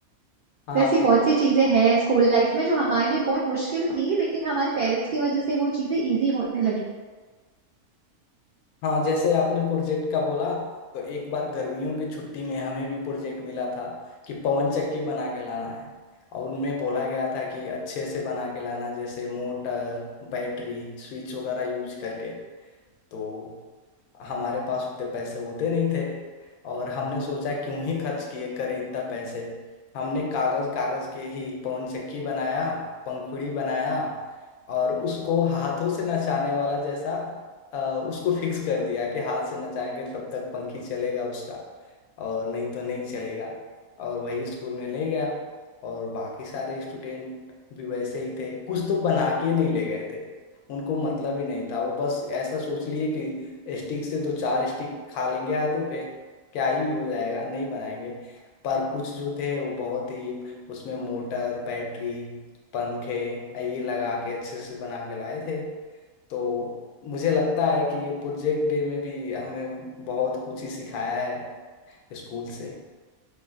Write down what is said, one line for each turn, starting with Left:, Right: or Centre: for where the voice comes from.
Left: हाँ
Right: तो ऐसी
Left: वही
Right: बहुत
Left: तो
Right: सी चीजें हैं स्कूल लाइफ में जो हमारे लिए बहुत मुश्किल थी लेकिन हमारे पेरेंट्स की वजह से वो चीजें इजी होने लगी
Left: हाँ जैसे आपने प्रोजेक्ट का बोला तो एक बार गर्मियों की छुट्टी में हमें भी प्रोजेक्ट मिला था कि पवन चक्की बना के लाना है और उनमें बोला गया था कि अच्छे से बना के लाना जैसे मोटर बैटरी स्विच वगैरह यूज करके तो हमारे पास उतने पैसे होते नहीं थे और हमने सोचा क्यों ही खर्च किए करे इतना पैसे हमने कागज कागज के ही पवन चक्की बनाया पंखुड़ी बनाया और उसको हाथों से नचाने वाला जैसा अ, उसको फिक्स कर दिया कि हाथ से नचाएंगे तब तक पंखी चलेगा उसका और नहीं तो नहीं चलेगा और वही स्कूल में ले गया और बाकी सारे स्टूडेंट भी वैसे ही थे कुछ तो बना के नहीं ले गए थे उनको मतलब ही नहीं था वो बस ऐसा सोच लिए कि स्टिक से दो चार स्टिक खा लेंगे हाथों पे क्या ही हो जाएगा नहीं बनाएंगे पर कुछ जो थे वो बहुत ही उसमें मोटर बैटरी पंखे ये लगा के अच्छे से बना के लाए थे तो मुझे लगता है कि ये प्रोजेक्ट डे में भी हमें बहुत कुछ ही सिखाया है स्कूल से